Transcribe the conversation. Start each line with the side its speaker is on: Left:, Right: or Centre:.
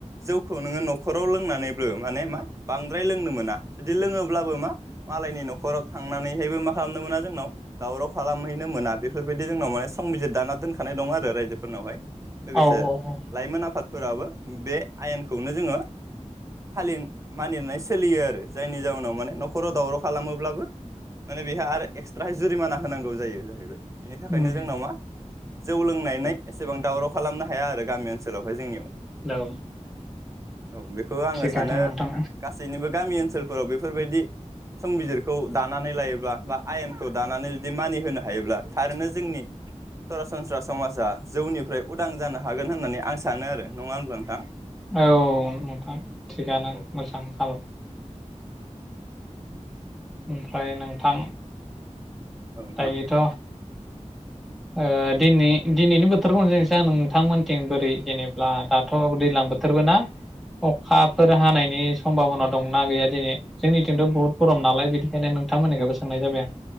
Right: जौखौ नोङो नखराव लोंनानैबो नों बांद्राय लोंनो मोना बिदि लोङो ब्लाबो मा मालायनि न'खराव थांनानैहायबो मा खालामनो मोना जोंनाव दावराव खालामहैनो मोना बेफोरबायदि जोंनाव माने संबिजिर दाना दोनखानाय दं आरो रायजोफोरनावहाय लोगोसे
Centre: औ औ औ
Right: लाइमोन आफाद फोराबो बे आयेनखौनो जोङो फालि मानिनानै सोलियो आरो जायनि जाउनाव माने न'खराव दावराव खालामोब्लाबो माने बेहा आरो एक्सट्र जुरिमाना होनांगौ जायो जाहैबाय बेनि थाखायनो
Centre: उम
Right: जोंनााव मा जौ लोंनानै एसेबां दावराव खालामनो हाया आरो गामि ओनसोलावहाय जोंनियाव
Centre: औ
Right: औ बेखौ आङो
Centre: थिगानो
Right: सानो
Centre: नोंथां
Right: गासैनिबो गामि ओनसोलाव बेफोर बेफोरबायदि संबिजिरखौ दानानै लायोब्ला बा आयेनखौ दानानै जुदि मानि होनो हायोब्ला थारैनो जोंनि सरासनस्रा समाजा जौनिफ्राय उदां जानो हागोन होननानै आं सानो आरो नङा होनब्ला नोंथां
Centre: औ नोंथां थिगानो
Right: औ
Centre: मोजां हाबा ओमफ्राय नोंथां
Right: औ नोंथां
Centre: थायोथ
Right: औ
Centre: ओ दिनै दिनैनि बोथोरखौ सोंनोसै आं नोंथांमोनथिं बोरै जेनेबा दाथ' दैज्लां बोथोरबो ना अखाफोर हानायनि समभाबना दंना गैया दिनै जोंनिथिंथ' बहुद गरम नालाय बिदि बेै नोंथांमोननिखौबो सोंनाय जाबाय आं